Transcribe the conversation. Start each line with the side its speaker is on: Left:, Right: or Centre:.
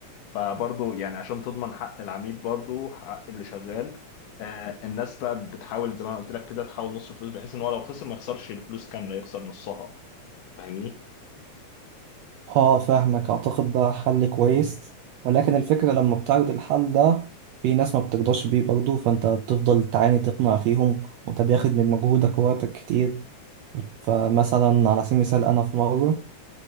Left: فبرضه يعني عشان تضمن حق العميل برضه حق اللي شغال آه، الناس بقى بتحاول زي ما انا قلت لك كده تحاول نص الفلوس بحيث ان هو لو خسر ما يخسرش الفلوس كاملة يخسر نصها فاهمني
Right: اه فاهمك اعتقد ده حل كويس ولكن الفكرة لما بتعرض الحل ده في ناس ما بترضاش بيه برضه فانت بتفضل تعاني تقنع فيهم وده بياخد من مجهودك ووقتك كتير فمثلا على سبيل المثال انا في مرة